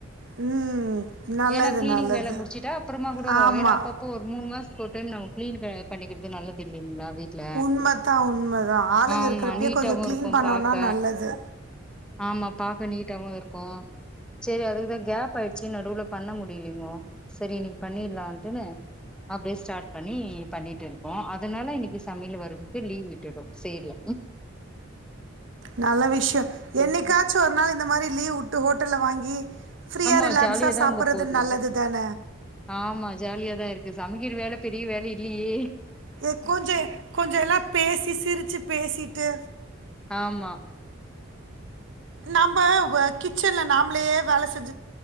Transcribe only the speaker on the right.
ம் நல்லது
நல்லது
ஆமா.
உண்மதான் உண்மதான். ஆளுங்க
இருக்கிறப்பயே
கொஞ்சம் கிளீன்
பண்ணோம்னா
நல்லது.
நல்ல விஷயம் என்னைக்காச்சும் ஒரு நாள் இந்த மாரி லீவ் விட்டு ஹோட்டல்ல வாங்கி ஃப்ரீயா
ரிலாக்ஸா
சாப்பறது
நல்லது தான
ஏ கொஞ்சோ கொஞ்சோ எல்லாம் பேசி சிரிச்சு பேசிட்டு
நம்ப வ கிச்சன்ல நாம உள்ளேயே வேல செஞ்